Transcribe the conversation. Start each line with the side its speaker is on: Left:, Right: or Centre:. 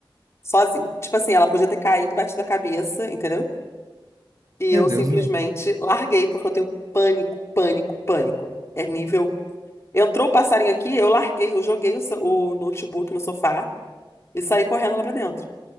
Left: sozinha. Tipo assim, ela podia ter caído, batido a cabeça, entendeu? E
Right: Meu
Left: eu simplesmente
Right: Deus, né?
Left: larguei porque eu tenho pânico, pânico, pânico. É nível. Entrou o passarinho aqui, eu larguei, eu joguei o so- o notebook no sofá. e sair correndo lá pra dentro.